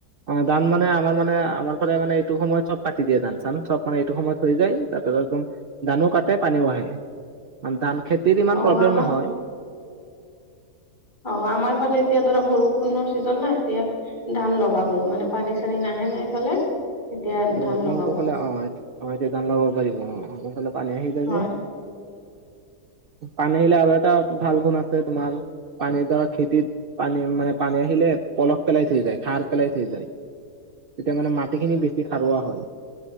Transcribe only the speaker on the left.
অ
আমাৰ
অ আমাৰ ফালে এতিয়া ধৰা বৰষুণৰ ছিজন নাই এতিয়া ধান লগাব মানে পানী চানী নাহে নাই এইফালে এতিয়া
ধান
লগাব
হয়
<unintelligible>